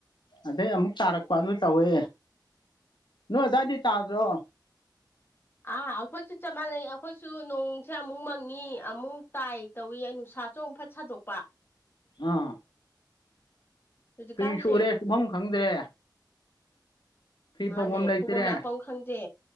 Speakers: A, on the left; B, on the left.
A: ꯑꯗꯩ ꯑꯃꯨꯛ ꯇꯥꯔꯛꯄ ꯑꯗꯨ ꯇꯧꯋꯦ ꯅꯣꯏ ꯑꯗ꯭ꯋꯥꯏꯗꯤ ꯇꯥꯗ꯭ꯔꯣ
B: ꯑꯥ ꯑꯩꯈꯣꯏꯁꯨ ꯆꯞ ꯃꯥꯟꯅꯩ ꯑꯩꯈꯣꯏꯁꯨ ꯅꯣꯡꯁꯦ ꯑꯃꯨꯛ ꯃꯪꯉꯤ ꯑꯃꯨꯛ ꯇꯥꯏ ꯇꯧꯋꯤ ꯑꯩ ꯅꯨꯡꯁꯥ ꯁꯨ ꯑꯃꯨꯛ ꯐꯠ ꯁꯥꯗꯣꯛꯄ
A: ꯑꯥ
B: ꯍꯧꯖꯤꯛꯀꯥꯟꯁꯦ
A: ꯐꯤ ꯁꯨꯔꯦ ꯁꯨꯕꯝ ꯈꯪꯗ꯭ꯔꯦ ꯐꯤ
B: ꯃꯥꯅꯦ
A: ꯂꯩꯇ꯭ꯔꯦ
B: ꯐꯧꯕꯝ ꯂꯥꯛꯄꯝ ꯈꯪꯗꯦ